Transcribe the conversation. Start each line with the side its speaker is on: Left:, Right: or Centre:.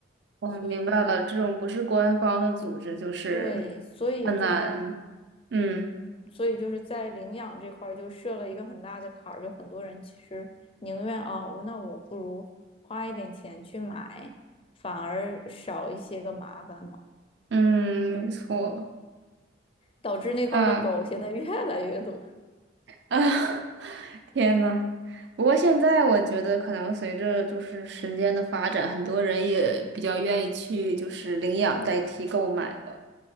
Right: 我明白了，
Left: 所以，
Right: 这种不是官方的组织，就是
Left: 对，所以就是，
Right: 很难，嗯。
Left: 所以就是在领养这块儿就设了一个很大的坎儿，就很多人其实宁愿啊，我那我不如花一点钱去买，反而少一些个麻烦嘛。
Right: 嗯，没错。
Left: 嗯导致那块儿的狗现在越来越多。
Right: 啊啊，<laughs> 天呐，不过现在我觉得，可能随着就是时间的发展，很多人也比较愿意去就是领养代替购买了，